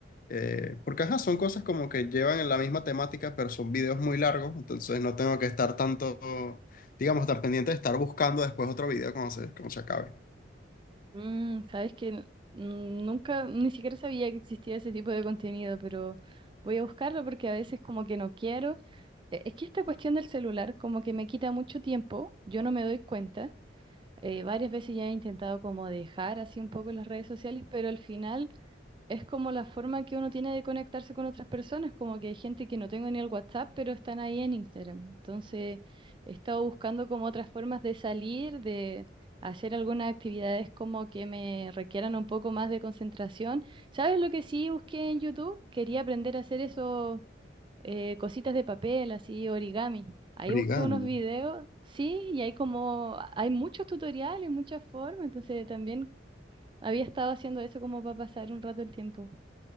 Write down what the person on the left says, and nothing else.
eh, porque ajá, son cosas como que llevan en la misma temática, pero son videos muy largos, entonces no tengo que estar tanto, digamos, tan pendiente de estar buscando después otro video cuando se, cuando se acabe.
Origami.